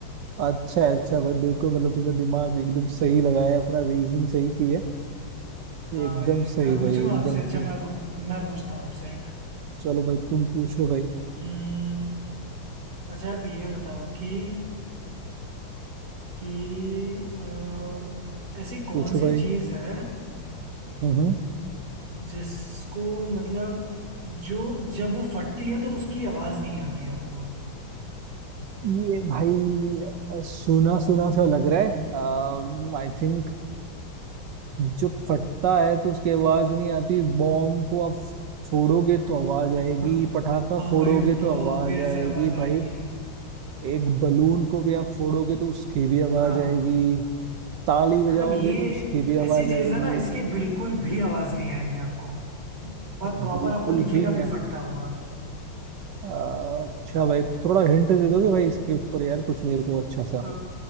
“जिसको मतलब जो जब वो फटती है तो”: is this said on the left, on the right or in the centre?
Right